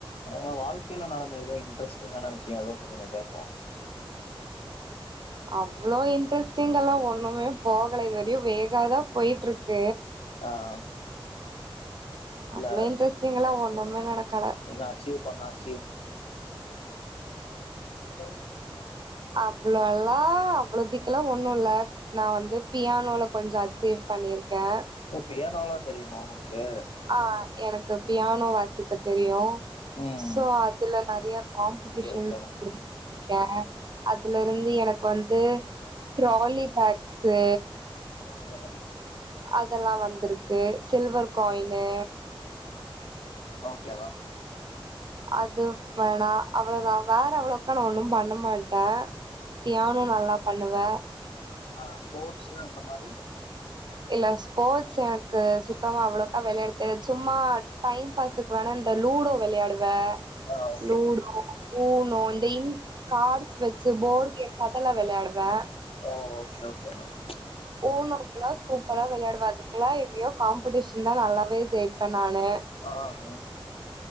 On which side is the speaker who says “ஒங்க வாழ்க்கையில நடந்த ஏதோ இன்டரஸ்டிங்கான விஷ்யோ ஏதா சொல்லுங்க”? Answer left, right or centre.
Left